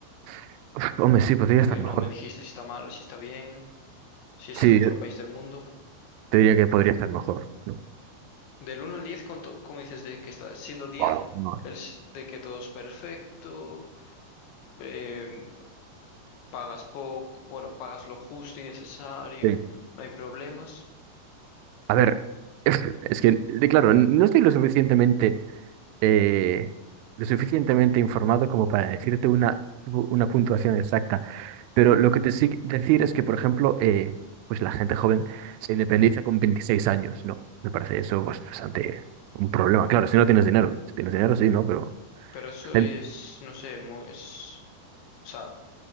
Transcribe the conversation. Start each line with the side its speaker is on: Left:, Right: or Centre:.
Right: <laughs> Uf, hombre, sí, podría
Left: Porque
Right: estar mejor.
Left: no me dijiste si está mal, si está bien, si es
Right: Sí,
Left: el mejor
Right: yo
Left: país del mundo.
Right: te diría que podría estar mejor. No,
Left: Del uno al 10, ¿cuánto- ¿cómo dices de que está? Siendo 10
Right: Wow, no.
Left: el s- de que todo es perfecto, em, pagas poco, bueno, pagas lo justo y necesario,
Right: Sí.
Left: no hay problemas.
Right: A ver, <laughs> es, que, de- claro, no estoy lo suficientemente eh, lo suficientemente informado como para decirte una, pu- una puntuación exacta. Pero lo que te sí decir es que, por ejemplo, eh, pues la gente joven se independiza con 26 años, ¿no? Me parece eso pues, bastante un problema. Claro, si no tienes dinero. Si tienes dinero, sí, ¿no? Pero,
Left: Pero eso
Right: gen-
Left: es, no sé, mu- es, o sea,